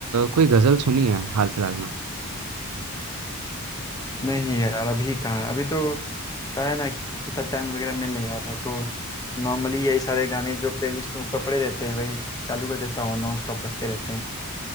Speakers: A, on the right; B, on the left.
A: कोई गज़ल सुनी है हाल फिलहाल में
B: नहीं यार अभी कहाँ अभी तो था है ना इतना टाइम वगैरह मिल नहीं रहा था तो नॉर्मली यही सारे गाने जो प्लेलिस्ट में ऊपर पड़े रहते हैं वही चालू कर देता हूँ नॉन स्टॉप बजते रहते हैं